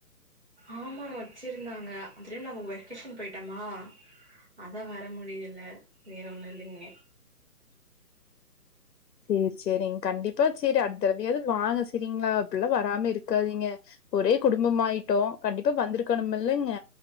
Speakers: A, on the right; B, on the left.
A: ஆமா வச்சிருந்தாங்க <unintelligible> நாங்க வெக்கேஷன் போயிட்டமா அதா வர முடியலே வேற ஒன்னு இல்லைங்கே
B: சேரி சேரிங் கண்டிப்பா சேரி அட்த்தடவயாவது வாங்க சேரிங்ளா அப்பில்லா வராம இருக்காதீங்க ஒரே குடும்பம் ஆயிட்டோ கண்டிப்பா வந்திருக்கணும்மில்லைங்க